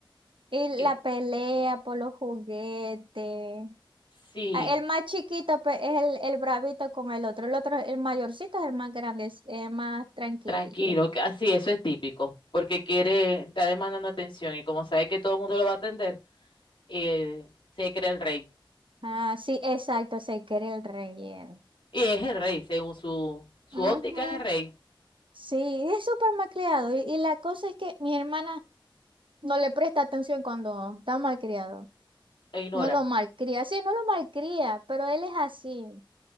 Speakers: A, on the right (about 70°); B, on the left (about 65°).
A: Y
B: Y,
A: la pelea por los juguetes.
B: sí,
A: Ah, El más chiquito pues, es el, el bravito con el otro. El otro, el mayorcito es el más grande, es el más tranquilito.
B: tranquilo, que- así, eso es típico, porque quiere, está demandando atención y como sabe que todo el mundo lo va a atender, eh, se cree el rey.
A: Ah, sí, exacto, se quiere el relleno.
B: Y es el rey, según su, su
A: Ujú.
B: óptica de rey,
A: Sí, es súper malcriado. Y, y la cosa es que mi hermana no le presta atención cuando está malcriado.
B: lo ignora.
A: No lo malcría. Sí, no lo malcría, pero él es así. O